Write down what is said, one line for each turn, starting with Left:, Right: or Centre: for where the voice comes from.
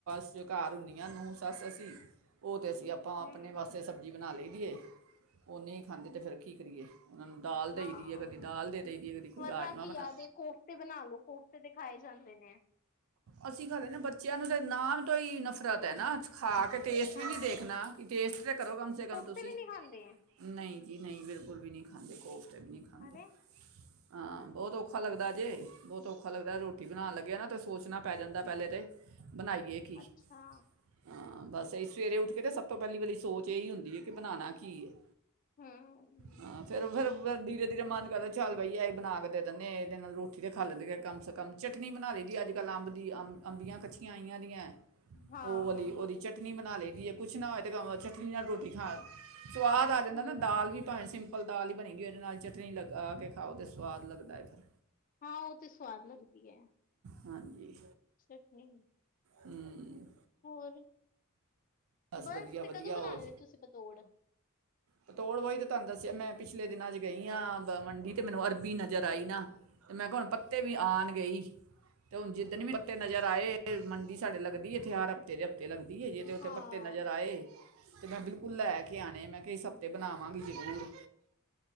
Right: ਅਸੀ ਘਰ ਹੁੰਨੀਆਂ ਨੂੰ ਸੱਸ ਅਸੀਂ ਉਹ ਤੇ ਸੀ ਆਪਾਂ
Left: ਹੂੰ
Right: ਆਪਣੇ ਵਾਸਤੇ ਸਬਜ਼ੀ ਬਣਾ ਲਈ ਇਹ ਉਹ ਨਹੀਂ ਖਾਂਦੇ ਤੇ ਫੇਰ ਕੀ ਕਰੀਏ ਉਹਨਾਂ ਨੂੰ ਦਾਲ ਦੇਈ
Left: ਹਾਂ
Right: ਦੀ ਹੈ ਕਦੀ ਦਾਲ ਦੇ ਦੇਈ ਦੀ ਹੈ ਕਦੀ ਕੋਈ
Left: ਵਰਨਾ
Right: ਰਾਜਮਾਂ
Left: ਘਿਅ
Right: ਬਣਾ
Left: ਦੇ ਕੋਫਤੇ ਬਣਾ ਲੋੋ ਕੋਫਤੇ ਤੇ ਖਾਏ ਜਾਂਦੇ ਨੇ।
Right: ਅਸੀਂ ਖਾ ਲੈਨੇ ਬੱਚਿਆਂ ਨੂੰ ਤੇ ਨਾਮ ਤੋਂ ਹੀ ਨਫ਼ਰਤ ਹੈ ਨਾ। ਖਾ ਕੇ ਟੇਸਟ
Left: ਹਾਂ
Right: ਵੀ ਨੀ ਦੇਖਣਾ। ਇਸ ਲਈ ਕਮ ਸੇ ਕਮ
Left: ਕੋਫਤੇ
Right: ਤੁਸੀਂ,
Left: ਵੀ ਨਹੀਂ ਖਾਂਦੇ
Right: ਨਹੀਂ ਨਹੀਂ ਬਿਲਕੁਲ ਵੀ ਨਹੀਂ ਖਾਂਦੇ ਕੋਫ਼ਤੇ ਵੀ ਨਹੀਂ ਖਦੇ
Left: ਅਰੇ
Right: ਹਾਂ ਬਹੁਤ ਔਖਾ ਲੱਗਦਾ ਜੇ ਬਹੁਤ ਔਖਾ ਲੱਗਦਾ ਰੋਟੀ ਬਣਾਉਣ ਲੱਗਗੇ ਨਾ ਤੁਸੀਂ ਸੋਚਣਾ ਪੈ ਜਾਂਦਾ ਪਹਿਲੇ ਤੇ ਬਣਾਈਏ ਕੀ
Left: ਅੱਛਾ
Right: ਹਾਂ ਬਸ ਸਵੇਰੇ ਉੱਠ ਕੇ ਤਾਂ ਸਭ ਤੋਂ ਪਹਿਲੀ ਵੀ ਸੋਚ ਇਹੀ ਹੁੰਦੀ ਹੈ ਕਿ ਬਣਆਨਾ ਕੀ ਹੈ।
Left: ਹੂੰ
Right: ਹਾਂ ਫੇਿਰ ਫਿਰ ਧੀਰੇ ਧੀਰੇ ਮਨ ਕਰਦਾ ਚੱਲ ਬਈਆ ਇਹ ਬਣਾ ਕੇ ਦੇ ਦਿੰਦੇ ਆ ਇਹਦੇ ਨਾਲ ਰੋਟੀ ਤੇ ਖਾ ਲੈਂਦੇ ਆ ਕਮ ਸੇ ਕਮ ਚਟਨੀ ਬਣਾ ਲਈ ਦੀ ਆ ਅੱਜ ਅੰਬ ਦੀ ਅੰਬ ਅੰਬੀਆਂ ਕੱੱਚੀਆਂ ਆਈਆਂ ਦੀਆਂ
Left: ਹਾਂ
Right: ਉਹ ਵਾਲੀ ਉਹਦੀ ਚਟਨੀ ਬ ਕੁਝ ਨਾ ਹੋਵੇ ਤੇ ਚਟਨੀ ਨਾਲ ਰੋਟੀ ਖਾ ਸਵਾਦ ਆ ਜਾਂਦਾ
Left: ਹੂੰ
Right: ਨਾ ਦਾਲ ਵੀ ਭਾਵੇਂ ਸਿੰਪਲ ਦਾਲ ਹੀ ਬਣੀ ਜਾਂਦੀ ਉਹਦੇ ਨਾਲ ਚਟਨੀ ਲਗਾ ਕੇ ਖਾਓ ਤੇ ਸਵਾਦ ਲੱਗਦਾ ਹੈ ਫਿਰ
Left: ਹਾਂ ਉਹ ਤੇ ਸਵਾਦ ਲੱਗਦੀ ਹੈ
Right: ਹਾਂਜੀ
Left: <unintelligible> ਚਟਨੀ
Right: ਹਮ
Left: ਹੋਰ ਬਸ
Right: ਵਧੀਆ
Left: ਤੇ
Right: ਵਧੀਆ
Left: ਕਦੋਂ ਬਣਾਣੇ
Right: ਹੋਰ
Left: ਨੇ ਤੁਸੀਂ ਪਤੋੜ
Right: ਪਤੋੜ ਵੋਹੀ ਤੇ ਤੁਹਾਨੂੰ ਦੱਸਿਆ ਮੈਂ ਪਿਛਲੇ ਦਿਨਾਂ ' ਗਈ ਹਾਂ ਬ ਮੰਡੀ ਤੇ ਮੈਨੂੰ ਅਰਬੀ ਨਜ਼ਰ ਆਈ ਨਾ ਤੇ ਮੈਂ ਕਿਹਾ ਹੁਣ ਪੱਤੇ ਵੀ ਆਉਣ ਗਈ। ਤੇ ਹੁਣ ਜਿੱਦਣ ਵੀ ਪੱਤੇ ਨਜ਼ਰ ਆਏ ਮੰਡੀ ਸਾਡ ਲੱਗਦੀ ਹੈ ਹਥਿਆਰ ਹਫ਼ਤੇ ਦੇ ਹਫ਼ਤੇ ਲੱਗਦੀ ਜੇ ਉਥੇ
Left: ਹਾਂ
Right: ਪੱਤੇ ਨਜ਼ਰ ਆਏ ਤੇੈਂ ਮੈ ਬਿਲਕੁਲ ਉਹ ਲੈ ਕੇ ਆਉਣੇ ਮੈਂ ਕਿਸ ਹਫ਼ਤੇ ਬਣਾਵਾਂਗੀ ਜ਼ਰੂਰੂਰ